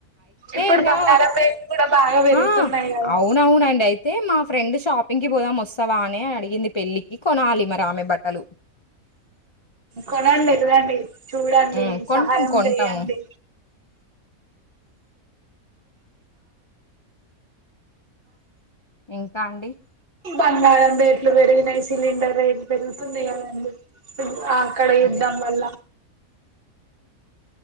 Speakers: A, on the right; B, on the left.
A: ఇప్పుడు
B: ఇంగా
A: బంగారం రేటు కూడా బాగా పెరుగుతున్నాయి
B: ఆ!
A: కదా
B: అవునవునండి. అయితే మా ఫ్రెండ్ షాపింగ్ పోదాం వస్తావా అని అని అడిగింది పెళ్ళికి కొనాలి మరి ఆమె బట్టలు
A: కొనండి అడ్వాంటేజ్ చూడండి
B: హ్మ్. కొంటాం,
A: సహాయం
B: కొంటాము.
A: చేయండి
B: ఇంకా అండి
A: బంగారం రేట్లు పెరిగినాయి సిలిండర్ పెరుగుతుంది కదండి అక్కడ యుద్ధం
B: అండి.
A: వల్ల